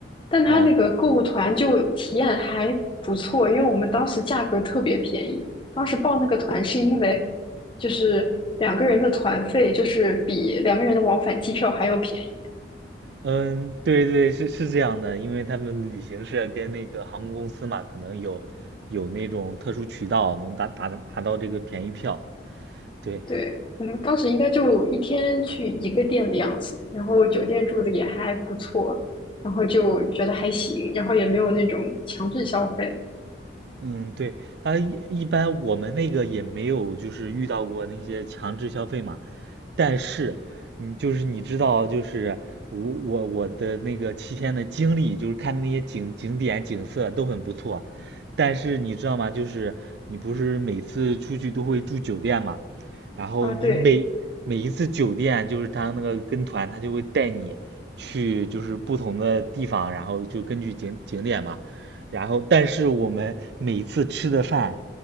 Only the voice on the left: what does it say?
但他那个购物团就体验还不错，
因为我们当时价格特别便宜。当时报那个团是因为就是两个人的团费就是比两个人的往返机票还要便宜。
对，我们当时应该就一天去一个店的样子，然后酒店住的也还不错，然后就觉得还行，然后也没有那种强制消费
啊，对